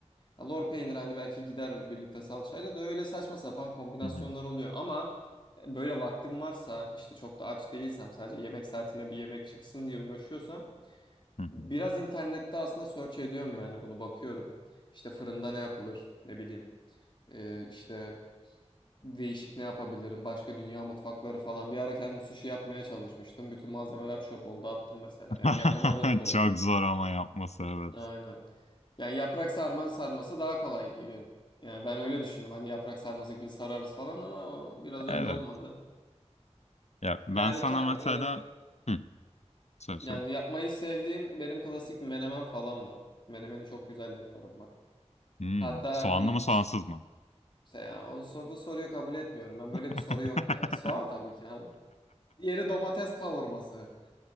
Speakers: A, on the left (about 45°); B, on the left (about 70°).
A: ya lor peynir hani belki gider birlikte salçayla da öyle saçma sapan kombinasyonlar
B: Hı hı.
A: oluyor. Ama e, böyle vaktim varsa işte çok da aç değilsem sadece yemek saatinde bir yemek çıksın diye uğraşıyorsam
B: Hı hı.
A: biraz internette aslında search ediyorum yani bunu bakıyorum. İşte fırında ne yapılır ne bileyim. Ee, işte değişik ne yapabilirim? Başka dünya mutfakları falan. Bir ara kendim sushi yapmaya çalışmıştım. Bütün malzemeler çöp oldu attım mesela.
B: <laughs>
A: Yani yapamadığım da oluyor.
B: Çok zor ama yapması evet.
A: Aynen. Yani yaprak sarmanın sarması daha kolay gibi. Yani ben öyle düşündüm. Hani yaprak sarması gibi sararız falan ama o biraz
B: Evet.
A: öyle olmadı.
B: Ya ben
A: Yani
B: sana
A: ke-
B: mesela
A: e,
B: Hı, söyle
A: yani
B: söyle.
A: yapmayı sevdiğim benim klasik menemen falan var. Menemeni çok güzel yaparım ben.
B: Hmm,
A: Hatta
B: soğanlı
A: bir
B: mı soğansız mı?
A: işte ya, o, so- bu soruyu kabul etmiyorum. Ben
B: <laughs>
A: böyle bir soru yok ya. Soğan tabii ki abi. Diğeri domates kavurması.